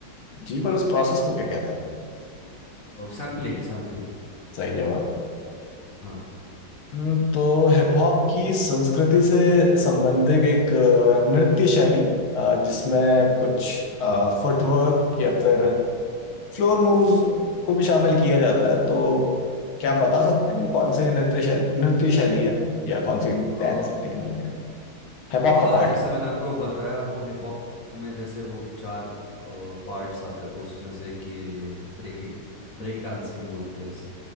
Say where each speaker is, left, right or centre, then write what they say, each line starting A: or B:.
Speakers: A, on the left (about 80°); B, on the left (about 40°).
A: जी पर उस प्रोसेस को क्या कहता है
B: Sampling sampling
A: सही जवाब
B: हाँ
A: हम्म, तो हिप हॉप की संस्कृति से संबंधित एक अ, नृत्य शैली अ, जिसमें कुछ फुटवर्क या फिर फ्लोर मूव्स को भी शामिल किया जाता है तो क्या आप बता सकते हैं कि कौन से नृत्य शैली नृत्य शैली है या कौन सी डांसिंग
B: अ,
A: टेक्निक है हिप हॉप
B: हाँ
A: का पार्ट
B: जैसे
A: है
B: मैंने आपको बताया वो हिप हॉप में जैसे वो चार पार्ट्स आते हैं तो उसमें से एक ही है ये ब्रेकिंग ब्रेक डांसिंग बोलते हैं इसे